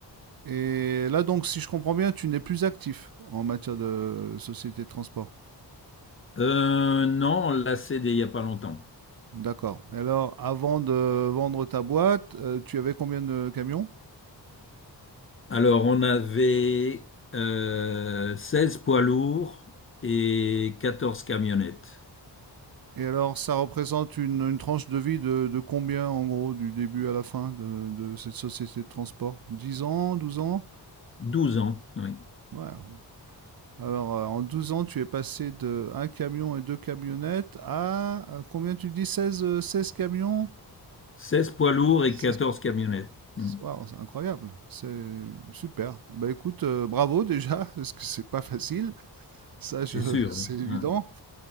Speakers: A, on the right; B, on the left.
A: Et là, donc, si je comprends bien, tu n'es plus actif en matière de société de transport.
B: Euh, non, on l'a cédé il n'y a pas longtemps.
A: D'accord. Et Alors, avant de vendre ta boîte, euh, tu avais combien de camions?
B: Alors on avait euh, 16 poids lourds et 14 camionnettes.
A: Et alors, ça représente une, une tranche de vie de, de combien, en gros, du début à la fin de, de cette société de transport? 10 ans, 12 ans?
B: 12 ans, oui.
A: Ouais, Alors, euh, en 12 ans, tu es passé de un camion et deux camionnettes à euh, combien tu dis 16, euh, 16 camions?
B: Seize poids lourds et
A: 16
B: 14 camionnettes. Hmm.
A: Waouh, c'est incroyable, c'est super. Bah écoute, euh, bravo déjà, <laughs> parce que c'est pas facile, ça
B: C'est
A: je, <laughs>
B: sûr,
A: c'est
B: oui.
A: évident.
B: Hmm.